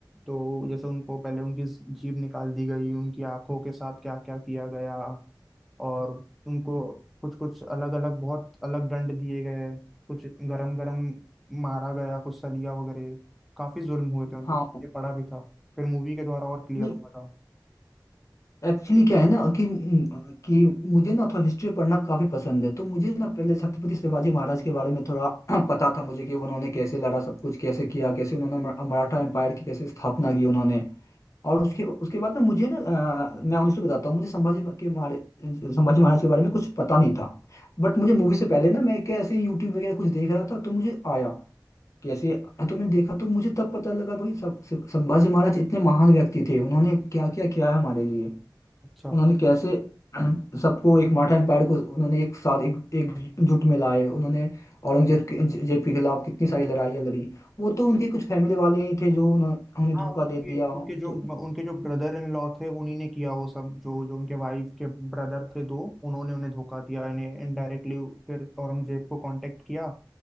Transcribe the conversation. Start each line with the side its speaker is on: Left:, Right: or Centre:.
Centre: तो जैसे उनको पहले उनकी जीभ निकाल दी गई उनकी आंखों के साथ क्या क्या किया गया और उनको कुछ कुछ अलग अलग बहुत अलग दंड दिए गए कुछ गरम गरम मारा गया कुछ सलिया वगैरह काफी जुल्म हुए थे उन
Left: हाँ
Centre: पर ये पढ़ा भी था फिर मूवी के द्वारा और क्लियर
Left: नहीं
Centre: हुआ था
Left: एक्चुअली क्या है ना कि कि मुझे ना थोड़ा हिस्ट्री पढ़ना काफी पसंद है तो मुझे ना पहले छत्रपति शिवाजी महाराज के बारे में थोड़ा <clears throat> पता था मुझे कि उन्होंने कैसे लड़ा सब कुछ कैसे किया कैसे उन्होंने मरा- मराठा एम्पायर की कैसे स्थापना की उन्होंने और उसके उसके बाद ना मुझे ना अ, मैं ऑनेस्टली बताता हूँ मुझे संभाजी के मारे संभाजी महाराज के बारे में कुछ पता नहीं था बट मुझे मूवी से पहले ना मैं क्या ऐसे यूट्यूब वगैरह कुछ देख रहा था तो मुझे आया कैसे तो मैंने देखा तो मुझे तब पता लगा भाई सब सब- संभाजी महाराज इतने महान व्यक्ति थे उन्होंने क्या क्या किया है हमारे लिए
Centre: अच्छा
Left: उन्होंने कैसे <clears throat> सबको एक मराठा एम्पायर को उन्होंने एक साथ एक एकजुट में लाए उन्होंने औरंगजेब के जेब के खिलाफ कितनी सारी लड़ाइयाँ लड़ी वो तो उनके कुछ फैमिली वाले ही थे जो उन्हों- उन्हें
Centre: हाँ
Left: धोखा
Centre: उनके
Left: दे दिया
Centre: उनके जो
Left: तो
Centre: उनके जो ब्रदर इन लॉ थे उन्हीं ने किया वो सब जो जो उनके वाइफ के ब्रदर थे दो उन्होंने उन्हें धोखा दिया इन्हें इनडायरेक्टली फिर औरंगजेब को कांटेक्ट किया